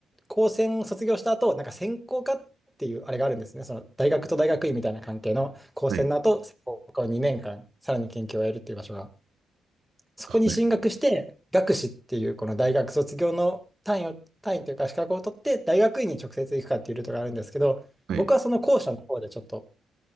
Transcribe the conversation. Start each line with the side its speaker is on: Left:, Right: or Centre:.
Centre: 高専卒業した後、なんか専攻科っていうあれがあるんですね。その大学と大学院みたいな関係の高専の後、
Right: はい、
Centre: 専攻科を2年間、さらに研究をやるっていう場所が、そこに進学して、
Right: はい
Centre: 学士っていうこの大学卒業の単位を、単位というか資格を取って、大学院に直接行くかっていうルートがあるんですけど、
Right: はい。
Centre: 僕はその後者の方でちょっと